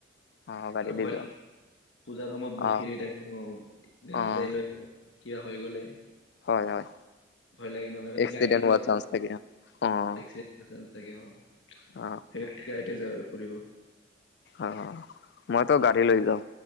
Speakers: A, on the left; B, on the left.
A: অ', গাড়ী
B: আৰু
A: দি
B: ভৈল
A: যোৱা নেকি?
B: পূজাৰ সময়ত বহুত
A: অ',
B: ফিৰি হৈ থাকে অ গাড়ী
A: অ',
B: চাড়ী লৈ। কিবা হৈ গ'লে
A: হয় হয়।
B: ভয় লাগে নহয় সেইকাৰণে
A: এক্সিডেণ্ট
B: গাড়িতে যাও
A: হোৱাৰ চান্স
B: আৰু
A: থাকে অ',
B: বাইক চাইক নাযাওঁ ছাগে অ
A: অ
B: ডেইলী গাড়ীতে যাওঁ আৰু ফুৰিব।
A: অ অ মইতো গাড়ী লৈ যাওঁ